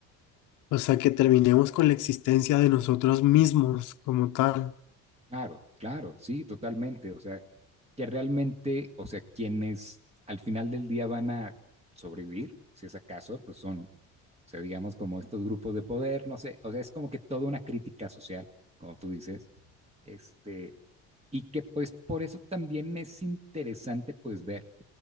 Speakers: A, on the left; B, on the right.
A: O sea, que terminemos con la existencia de nosotros mismos como tal.
B: Claro, claro, sí, totalmente. O sea, que realmente, o sea, quienes al final del día van a sobrevivir, si es acaso, pues son, o sea, digamos como estos grupos de poder, no sé, o sea, es como que toda una crítica social, como tú dices, este, y que pues por eso también es interesante pues ver,